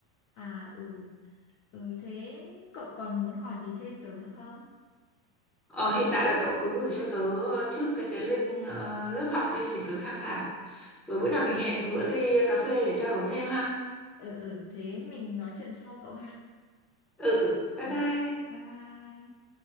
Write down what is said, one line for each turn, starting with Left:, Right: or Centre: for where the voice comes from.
Left: À ừ, ừ thế cậu còn muốn hỏi gì thêm tớ nữa không?
Centre: Ờ, hiện tại là cậu cứ gửi cho tớ trước cái cái link ờ, lớp học đi để tớ tham khảo. Rồi bữa nào mình hẹn bữa đi cà phê để trao đổi thêm ha.
Left: Ừ ừ thế mình nói chuyện sau cậu ha.
Centre: Ừ, bye
Left: Ừ.
Centre: bye.
Left: Bye bye.